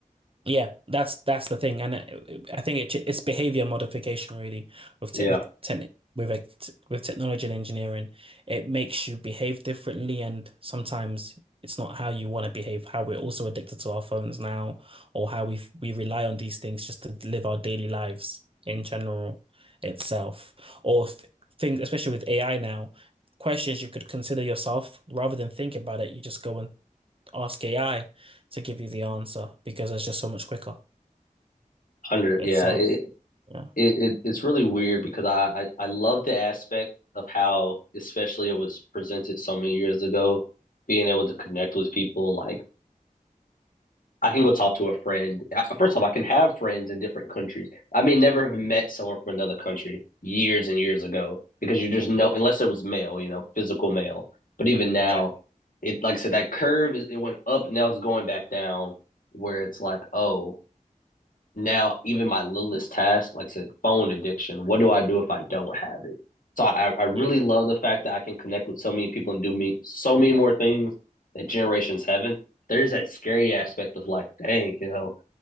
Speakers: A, on the right; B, on the left.
A: Yeah, that's that's the thing, and I, I think it, it's behavior modification really with
B: Yeah.
A: technic techni with like, with technology and engineering. It makes you behave differently, and sometimes it's not how you want to behave. How we're also addicted to our phones now, or how we we rely on these things just to live our daily lives in general itself, or th things, especially with AI now, questions you could consider yourself rather than think about it. You just go and ask AI to give you the answer because it's just so much quicker
B: Under,
A: itself.
B: yeah. It,
A: Yeah.
B: it, it's really weird because I, I, I love the aspect of how, especially it was presented so many years ago, being able to connect with people like I can go talk to a friend. First off, I can have friends in different countries. I may never have met someone from another country years and years ago because you just know, unless it was mail, you know, physical mail. But even now,
A: Yeah,
B: it like I said, that curve is it went up and now it's going back down where it's like, oh, now even my littlest task, like I said, phone addiction. What do I do if I don't have it? So I, I really
A: yeah,
B: love the fact that I can connect with so many people and do me so many more things that generations haven't. There's that scary aspect of like, dang, you know,